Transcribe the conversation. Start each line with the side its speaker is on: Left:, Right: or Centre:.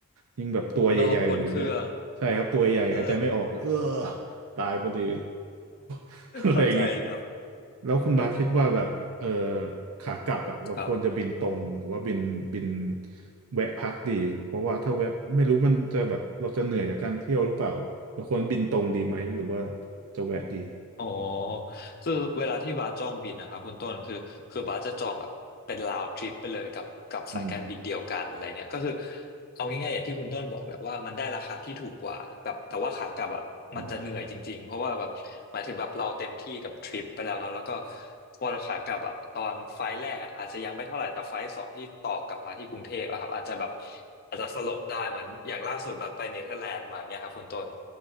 Right: ยิ่งแบบตัวใหญ่ๆอยู่ด้วยใช่ครับตัวใหญ่หายใจไม่ออกเออ
Left: เนาะบนเครื่องใช่
Right: ตายพอดี <laughs> อะไรเงี้ย
Left: เข้าใจแล้ว
Right: แล้วคุณบาสคิดว่าแบบเออ
Left: เออ
Right: ขากลับอ่ะเราควรจะบินตรงหรือว่าบินบิน
Left: ครับ
Right: แวะพักดี เพราะว่าถ้าแวะไม่รู้มันจะแบบเราจะเหนื่อยจากการเที่ยวหรือเปล่าเราควรบินตรงดีไหมหรือว่าจะแวะดี
Left: อ๋อคือเวลาที่บาสจองบินนะคะคุณต้นคือคือบาสจะจองแบบเป็นรา d trip ไปเลยกับกับสายการบินเดียวกันอะไรเงี้ยก็คือ
Right: อืม
Left: เอาง่ายๆอย่างที่คุณต้นบอกแหละว่ามันได้ราคาที่ถูกกว่าแบบแต่ว่าขากลับอ่ะมันจะเหนื่อยจริงๆเพราะว่าแบบหมายถึงแบบเราเต็มที่กับทริปไปแล้วเนาะแล้วก็
Right: อ๋อ
Left: พอขากลับอ่ะตอนไฟล์แรกอ่ะอาจจะยังไม่เท่าไหร่แต่ไฟล์สองที่ต่อกลับมาที่กรุงเทพอะครับอาจจะแบบอาจจะสลบได้เหมือนอย่างล่าสุดบัสไปเนเธอร์แลนด์มาเงี้ยครับคุณต้น